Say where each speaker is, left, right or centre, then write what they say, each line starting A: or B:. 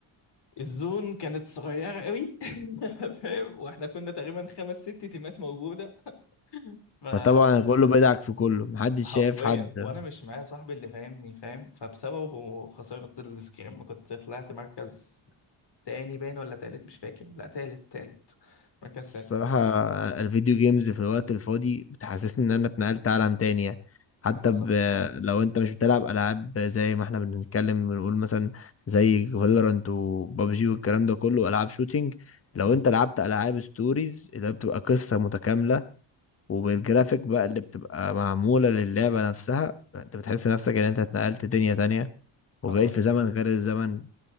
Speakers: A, on the left; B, on the left.
A: الزون كانت صغيرة قوي <laughs> فاهم واحنا كنا تقريبا خمس ست تيمات موجودة ف
B: فطبعا كله بدعك في كله محدش
A: حرفيا
B: شايف حد
A: وانا مش معايا صاحبي اللي فاهمني فاهم فبسببه خسرت السكريم كنت طلعت مركز تاني باين ولا تالت مش فاكر لا تالت تالت مركز
B: الصراحه
A: تالت
B: الفيديو جيمز في الوقت الفاضي بتحسسني ان انا اتنقلت عالم تاني يعني. حتى
A: آه، حصل
B: ب... لو انت مش بتلعب العاب زي ما احنا بنتكلم بنقول مثلا زي فالورانت وبابجي والكلام ده كله العاب شوتينج لو
A: مم.
B: انت لعبت العاب ستوريز اللي هي بتبقى قصه متكامله وبالجرافيك بقى اللي بتبقى معمولة للعبة نفسها انت بتحس نفسك ان انت اتنقلت دنيا تانية وبقيت
A: حصل
B: في زمن غير الزمن